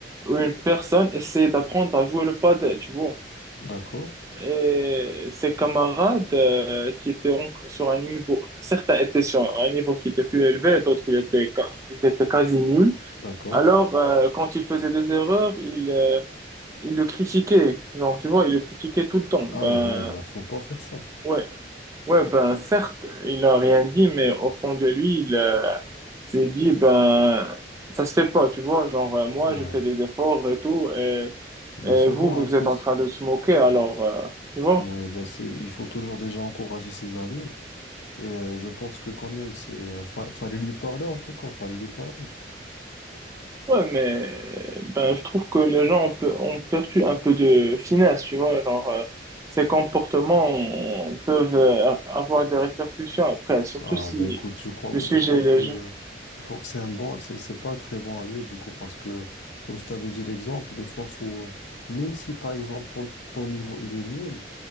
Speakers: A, on the right (about 15°); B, on the left (about 90°).
A: où une personne essayait d'apprendre à jouer le padel, tu vois.
B: D'accord,
A: Et ses camarades euh, qui étaient en- sur un niveau, certains étaient sur un niveau qui était plus élevé, d'autres ils étaient, ca- ils étaient quasi nuls.
B: d'accord.
A: Alors, euh, quand ils faisaient des erreurs, ils euh, il le critiquait, genre, tu vois, il le critiquait tout le temps. Ben,
B: Aïe, aïe, aïe, bah, faut pas faire ça.
A: ouais, ouais, ben, certes, il a rien dit, mais au fond de lui, il euh, s'est dit, ben, ça se fait pas, tu vois, genre, euh, moi,
B: Ouais,
A: je fais des efforts et tout, et,
B: bah,
A: et
B: c'est
A: vous,
B: vrai en
A: vous
B: plus.
A: êtes en train de se moquer, alors, euh, tu vois.
B: Ouais, bah, c'est, il faut toujours déjà encourager ses amis. Et euh, je pense que quand même, c'est, euh, fa- fallait lui parler en tout cas, fallait lui parler.
A: Ouais, mais, ben, je trouve que les gens ont, pe- ont perdu un peu de finesse, tu vois, genre, euh, ces comportements peuvent euh, avoir des répercussions après, surtout
B: Ah,
A: si
B: bah, écoute, je crois,
A: le sujet
B: je crois
A: est
B: que,
A: léger.
B: je crois que c'est un bon, c'est, c'est pas un très bon ami du coup, parce que, comme je t'avais dit l'exemple, des fois, faut, euh, même si par exemple ton, ton niveau il est nul,